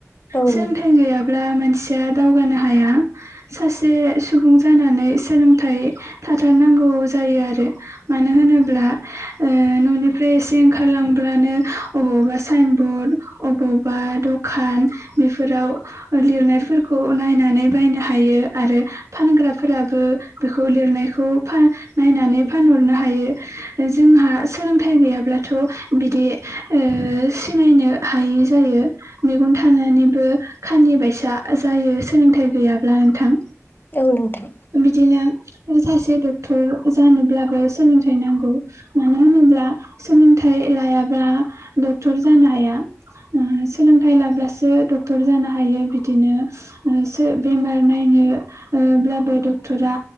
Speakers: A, on the left; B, on the right.
A: औ
B: सोलोंथाइ
A: नोंथां
B: गैयाब्ला मानसिया दावगानो हाया सासे सुबुं जानानै सोलोंथाइ थाथारनांगौ जायो आरो मानो होनोब्ला ओ ननिफ्राय इसे ओंखारलांब्लानो अ बबावबा साइन बरर्ड अबावबा दखान बेफोराव लिरनायफोरखौ नायनानै बायनो हायो आरो फानग्राफोराबो बेखौ लिरनायखौ फा नायनानै फानहरनो हायो जोंहा सोलोंथाइ गैयाब्लाथ' बिदि ओ सिनायनो हायै जायो मेगन थानानैबो खानि निबायसा जायो सोलोंथाइ गैयाब्ला नोंथां
A: औ नोंथां
B: बिदिनो सासे डक्टर जानोब्लाबो सोलोंथाइ नांगौ मानो होनोब्ला सोलोंथाइ लायाब्ला डक्टर जानो हाया। ओ सोलोंथाइ लाब्लासो डक्टर जानो हायो बिदिनो ओ सो बेमार नायनो यो ब्लाबो डक्टरा